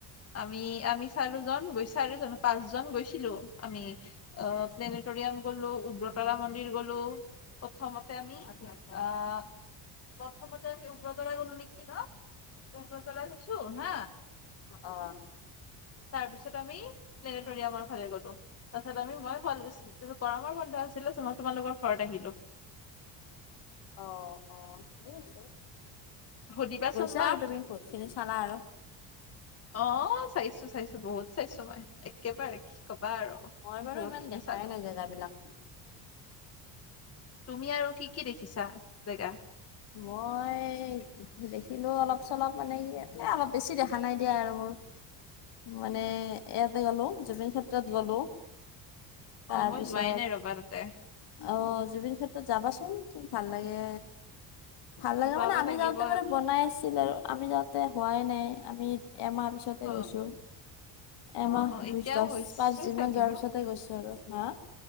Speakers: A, on the left; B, on the left.
A: আমি আমি চাৰিজন গৈ চাৰিজন পাঁচজন গৈছিলো আমি। অ প্লেনেটৰিয়াম গ'লো, উগ্ৰতাৰা মন্দিৰ গ'লো, প্ৰথমতে আমি অ প্ৰথমতে আমি উগ্ৰতৰা গ'লো নেখি ন? উগ্ৰতৰা গৈছো হা
B: অ।
A: তাৰ পিছত আমি প্লেনেটৰিয়ামৰ ফালে গ'লো। তাৰপিছত আমি মই শুৱালকুছি, গৰমৰ বন্ধ আছিলে মই তোমালোকৰ ঘৰত আহিলো।
B: অ অ ঠিকে আছে
A: সুধিবাচোন
B: গৈছা
A: মাক
B: আৰু তুমি বহুত খিনি চালা আৰু।
A: অ চাইছো চাইছো বহুত চাইছো মই একেবাৰে কি কবা আৰু।
B: মই বাৰু
A: বহুত
B: ইমান
A: খিনি
B: দেখাই
A: চালো
B: নাই জেগাবিলাক।
A: তুমি আৰু কি কি দেখিছা জেগা?
B: মই দেখিলোও অলপ-চলপ মানে সি অলপ বেছি দেখা নাই দিয়া আৰু মোৰ। মানে ইয়াতে গ'লো, জুবিন ক্ষেত্ৰত গ'লো, তাৰপিছত
A: অ মই যোৱাই নাই ৰবা তাতে
B: আহ জুবিন ক্ষেত্ৰত যাবাচোন খুব ভাল লাগে। ভাল লাগে
A: যাব
B: মানে আমি
A: লাগিব
B: যাওঁতে মানে বনাই আছিল আৰু আমি যাওঁতে হোৱাই নাই আমি এমাহ পিছত তে
A: অ
B: গৈছো। এমাহ
A: অ অ এতিয়া
B: দু দহ
A: হৈছে
B: পাঁচ দিনমান
A: চাগে
B: যোৱাৰ
A: ন
B: পিছতে গৈছো আৰু। হা?